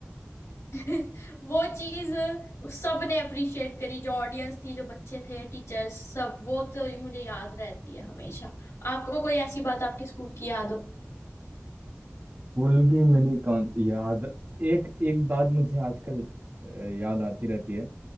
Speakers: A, on the left; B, on the right.
A: <laughs> वो चीज सबने अप्रिशिएट करी जो ऑडियंस थी जो बच्चे थे टीचर्स सब वो तो मुझे याद रहती है हमेशा आपको कोई ऐसी बात आपके स्कूल की याद हो
B: स्कूल की मेरी कौन याद एक एक बात मुझे आजकल अ, याद आती रहती है